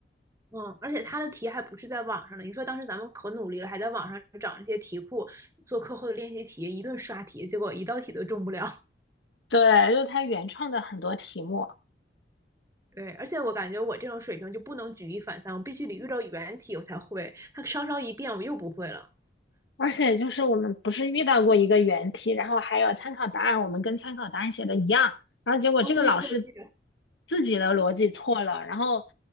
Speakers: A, on the right; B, on the left.
A: 嗯，而且他的题还不是在网上的。你说当时咱们可努力了，还在网上找那些题库做课后的练习题，一顿刷题，结果一道题都中不了。
B: 对，就是他原创的很多题目。
A: 对，而且我感觉我这种水平就不能举一反三，我必须得遇到原题我才会。他稍稍一变，我又不会了。
B: 而且就是我们不是遇到过一个原题，然后还有参考答案，我们跟参考答案写的一样，然后结果这个老师
A: 哦，对对对，我记着。
B: 自己的逻辑错了，然后